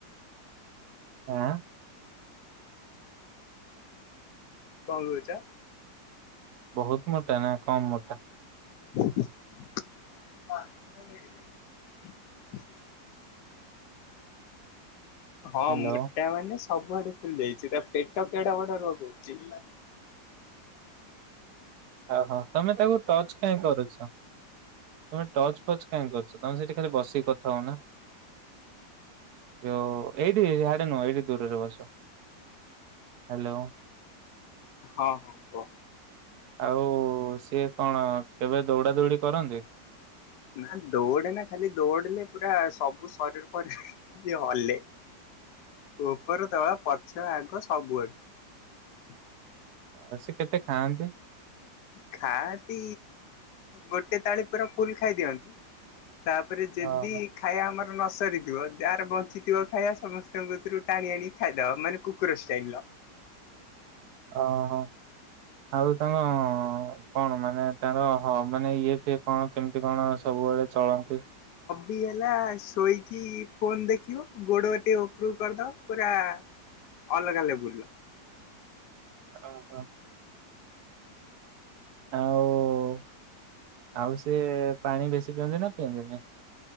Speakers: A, on the right (about 65°); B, on the left (about 70°).
A: ଆଁ
B: କଣ କହୁଛ।
A: ବହୁତ ମୋଟା ନା। କମ୍ ମୋଟା।
B: <inaudible> ହଁ
A: ହ୍ୟାଲୋ।
B: ମୋଟା ମାନେ। ସବୁଆଡୁ ଫୁଲି ଯାଇଛି ତା ପେଟ କେଡ ବଡ ରୁ କହୁଛି।
A: ଓହୋ ତମେ ତାକୁ ଟଚ କାଇହିଁ କରୁଛ ତମେ ଟଚ ଫଚ କାଇହିଁ କରୁଛ ତମେ ସେଇଠି ଖାଲି ବସିକି କଥା ହଉ ନା। ଯୋଉ ଏଇଠି ସିଆଡେ ନୁହଁ ଏଇଠି। ଦୂରରେ ବସ ହ୍ୟାଲୋ।
B: ହଁ କହ
A: ଆଉ ସିଏ କଣ କେବେ ଦୌଡା ଦୌଡି କରନ୍ତି।
B: ନା ଦୌଡେ ନା ଖାଲି ଦୌଡିଲେ ପୁରା ସବୁ ଶରୀର ଫରିର ଏମିତି ହଲେ। ଉପର ତଳ ପଛ ଆଗ। ସବୁଆଡୁ।
A: ଅ ସେ କେତେ ଖାଆନ୍ତି।
B: ଖାଆନ୍ତି ଗୋଟେ ଥାଳି ପୁରା ଫୁଲ ଖାଇଦିଅନ୍ତି। ତାପରେ ଯଦି
A: ଓହୋ
B: ଖାଇବା ଆମର ନ ସରିଥିବ ଯାହାର ବଞ୍ଚିଥିବ ଖାଇବା ସମସ୍ତଙ୍କରୁ ଟାଣି ଆଣି ଖାଇଦବ ମାନେ କୁକୁର ଷ୍ଟାଇଲ
A: ଓହୋ ଆଉ ତଙ୍କ କଣ ମାନେ ତାର ହ ମାନେ ଇଏ ଏ କଣ କେମିତି କଣ? ସବୁବେଳେ ଚଳନ୍ତି।
B: ବି ହେଲା ଶୋଇକି ଫୋନ ଦେଖିବ ଗୋଡ ଗୋଟେ ଉପରୁ କରିଦବ ପୁରା ଅଲଗା ଲ ବୁଲ
A: ଓହୋ ଆଉ। ଆଉ ସେ ପାଣି ବେଶୀ କଛନ୍ତି ନା ପିଆ-